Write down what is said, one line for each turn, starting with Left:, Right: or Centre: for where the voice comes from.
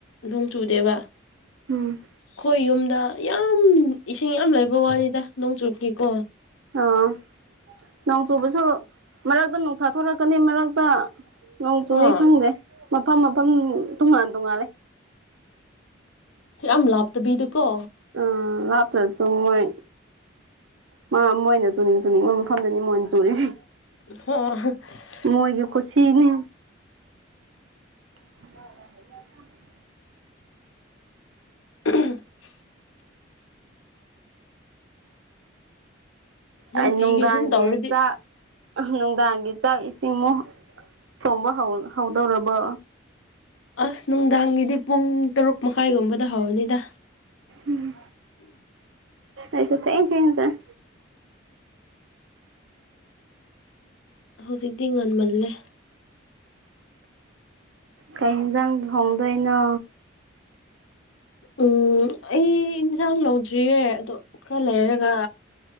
Left: ꯅꯣꯡ ꯆꯨꯗꯦꯕ
Right: ꯎꯝ
Left: ꯑꯩꯈꯣꯏ ꯌꯨꯝꯗ ꯌꯥꯝ ꯏꯁꯤꯡ ꯌꯥꯝ ꯂꯩꯕ ꯋꯥꯅꯤꯗ ꯅꯣꯡ ꯆꯨꯕꯒꯤꯀꯣ꯫
Right: ꯑꯥ ꯅꯣꯡ ꯆꯨꯕꯁꯨ ꯃꯔꯛꯇ ꯅꯨꯡꯁꯥꯊꯣꯔꯛꯀꯅꯤ ꯃꯔꯛꯇ ꯅꯣꯡ ꯆꯨꯑꯦ
Left: ꯍꯣꯏ
Right: ꯈꯪꯗꯦ ꯃꯐꯝ ꯃꯐꯝ ꯇꯣꯉꯥꯟ ꯇꯣꯉꯥꯜꯂꯦ꯫
Left: ꯌꯥꯝ ꯂꯥꯞꯇꯕꯤꯗꯨꯀꯣ
Right: ꯎꯝ ꯂꯥꯞꯇ꯭ꯔꯁꯨ ꯃ‌ꯣꯏ ꯃꯥ ꯃꯣꯏꯅ ꯆꯨꯅꯤꯡ ꯆꯨꯅꯤꯡꯕ ꯃꯐꯝꯗꯅꯤ ꯃꯣꯏꯅ ꯆꯨꯔꯤꯁꯦ꯫
Left: ꯍ‌ꯣ
Right: ꯃꯣꯏꯒꯤ ꯀꯨꯠꯁꯤꯅꯦ <inaudible>
Left: <unintelligible> ꯅꯨꯡꯇꯤꯒꯤ
Right: ꯑꯥ ꯅꯨꯡꯗꯥꯡꯒꯤ
Left: ꯁꯨꯝ ꯇꯧꯔꯗꯤ
Right: ꯆꯥꯛ ꯑꯥ ꯅꯨꯡꯗꯥꯡꯒꯤ ꯆꯥꯛ ꯏꯁꯤꯡꯃꯨꯛ ꯊꯣꯡꯕ ꯍꯧ ꯍꯧꯗꯧꯔꯕꯣ꯫
Left: ꯑꯁ ꯅꯨꯡꯗꯥꯡꯒꯤꯗꯤ ꯄꯨꯡ ꯇꯔꯨꯛ ꯃꯈꯥꯏꯒꯨꯝꯕꯗ ꯍꯧꯔꯅꯤꯗ
Right: ꯎꯝ ꯑꯩꯁꯨ ꯊ‌ꯦꯡ ꯊ‌ꯦꯡꯅ ꯆꯪ
Left: ꯍꯧꯖꯤꯛꯇꯤ ꯉꯟꯃꯜꯂꯦ
Right: ꯀꯩ ꯌꯦꯟꯁꯥꯡ ꯊ‌ꯣꯡꯗꯣꯏꯅꯣ
Left: ꯎꯝ ꯑꯩ ꯏꯟꯖꯥꯡ ꯂꯧꯗ꯭ꯔꯤꯌꯦ ꯑꯗꯣ ꯈ꯭ꯔ ꯂꯩꯔꯒ